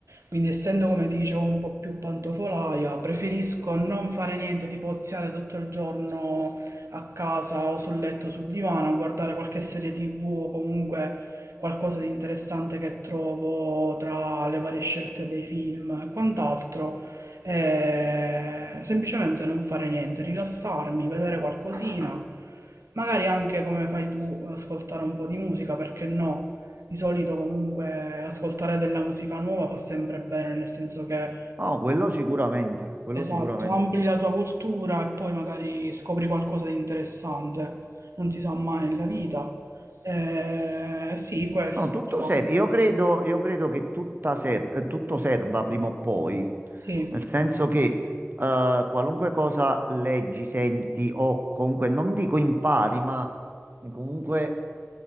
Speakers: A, on the right; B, on the right.
A: Quindi essendo, come ti dicevo, un po' più pantofolaia, preferisco non fare niente, tipo oziare tutto il giorno a casa o sul letto, sul divano, a guardare qualche serie TV o comunque qualcosa di interessante che trovo tra le varie scelte dei film e quant'altro. E semplicemente non fare niente, rilassarmi, vedere qualcosina, magari anche come fai tu, ascoltare un po' di musica, perché no? Di solito comunque ascoltare della musica nuova fa sempre bene, nel senso che
B: No, quello sicuramente, quello
A: Esatto,
B: sicuramente.
A: ampli la tua cultura e poi magari scopri qualcosa di interessante, non si sa mai nella vita. Eh, sì, questo,
B: No, tutto
A: diciamo.
B: serve. Io credo, io credo che tutta ser- eh, tutto serva prima o poi,
A: Sì.
B: nel senso che eh, qualunque cosa leggi, senti o comunque non dico impari, ma comunque